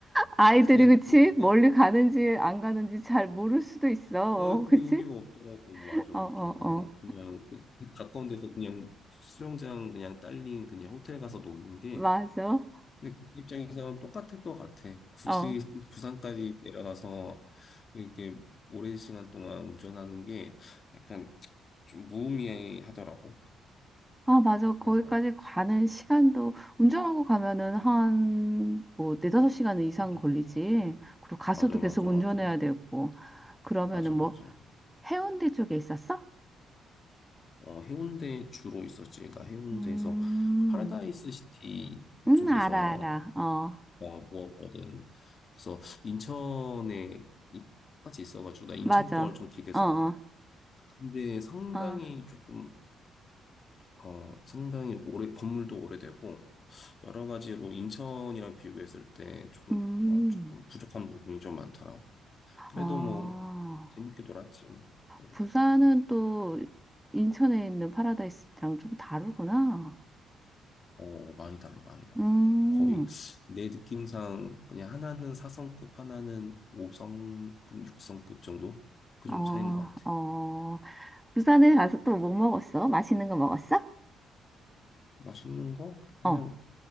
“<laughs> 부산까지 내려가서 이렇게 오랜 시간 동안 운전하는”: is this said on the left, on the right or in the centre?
Left